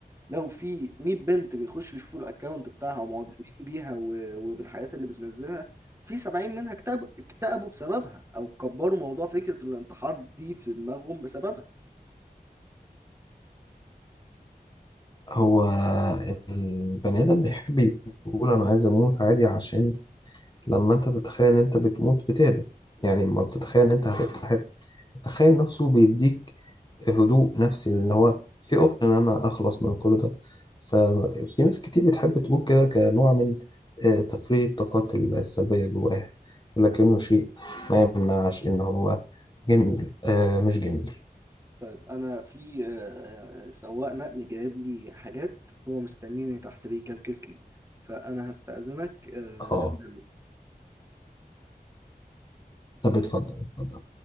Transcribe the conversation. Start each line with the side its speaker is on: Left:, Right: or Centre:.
Right: لو في 100 بنت بيخشوا يشوفوا الاكونت بتاعها ومعجبين بيها و- وبالحاجات اللي بتنزلها في 70 منها اكتئب اكتئبوا بسببها او كبروا موضوع فكرة الانتحار دي في دماغهم بسببها
Left: هو البني آدم بيحب يقول أنا عايز أموت عادي عشان لما انت تتخيل ان انت بتموت بتهدى يعني لما بتتخيل ان انت هتتحرق التخيل نفسه بيديك هدوء نفسي اللي هو في اوبشن ان انا اخلص من كل ده ففي ناس كتير بتحب تقول كده كنوع من آه، تفريغ الطاقات السلبية جواها لكنه شيء ما يمنعش ان هو جميل آه مش جميل
Right: طيب انا في آه، آه، سواق نقل جايب لي حاجات هو مستنيني تحت بيكلكس لي فانا هستأذنك آه،
Left: اه
Right: هنزل
Left: طب اتفضل اتفضل